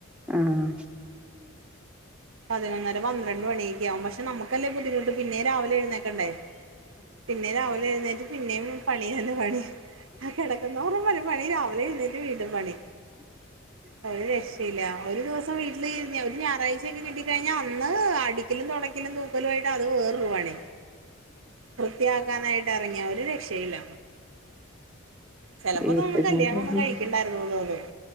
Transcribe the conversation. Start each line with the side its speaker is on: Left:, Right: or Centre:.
Centre: ആഹ്
Right: പതിനൊന്നര പന്ത്രണ്ട് മണിയൊക്ക ആകും പക്ഷെ നമുക്കല്ലേ ബുദ്ധിമുട്ട് പിന്നേം രാവിലെ എഴുന്നേക്കണ്ടേ പിന്നേം രാവിലെ എഴുന്നേറ്റ് പിന്നേം പണി തന്നെ പണി ആ കെട <unintelligible> വരെ പണി രാവിലെഴുന്നേറ്റ് വീണ്ടും പണി ഒരു രക്ഷയില്ല ഒരു ദിവസം വീട്ടില് ഒരു ഞായറാഴ്ച <unintelligible> ക്കെ കിട്ടി കഴിഞ്ഞാ അന്ന് അടിക്കലും തൊടക്കലും തൂക്കലുമായിട്ട് അത് വേറരുപണി. വൃത്തിയാക്കാനായിട്ട് എറങ്ങിയ ഒരു രക്ഷെയില്ല ചെലപ്പോ
Centre: വീട്ട്
Right: തോന്നും കല്യാണം
Centre: ജോലിയാണ്
Right: ഒന്നും കഴിക്ക <unintelligible>